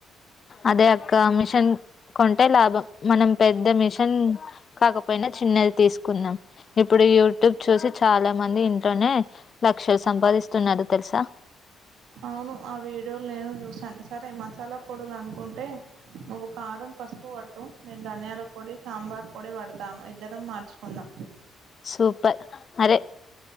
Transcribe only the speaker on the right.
అవును ఆ వీడియోలు నేను చూసాను సరే మసాలా పొడులు అనుకుంటే నువ్వు కారం పసుపు పట్టు నేను ధనియాల పొడి సాంబార్ పొడి పడతాను ఇద్దరం మార్చుకుందాం